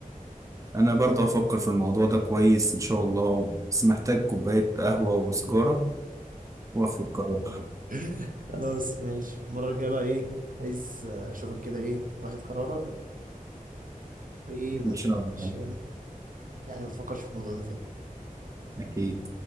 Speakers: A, on the right (about 20°); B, on the right (about 65°).
A: انا برضه هفكر في الموضوع ده كويس ان شاء الله بس محتاج كوباية قهوة وسجارة واخد قرار
B: <laughs> خلاص ماشي المره الجايه بقى ايه عايز اشوفك كده ايه واخد قرارك وايه ما
A: ان شاء
B: تكونش
A: الله
B: يعني ما تفكرش في الموضوع ده تاني
A: اكيد